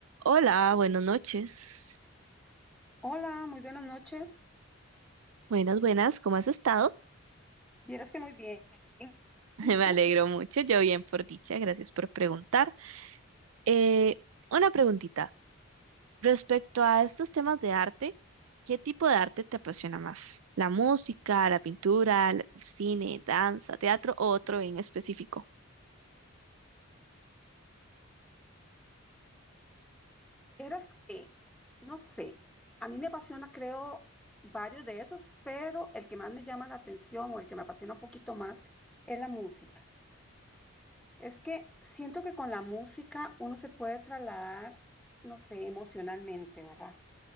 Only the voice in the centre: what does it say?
Hola, muy buenas noches.
Vieras que muy bien.
¿Y
tú?
Vieras que, no sé, a mí me apasiona, creo, varios de esos, pero el que más me llama la atención o el que me apasiona un poquito más es la música. Es que siento que con la música uno se puede trasladar, no sé, emocionalmente, ¿verdad?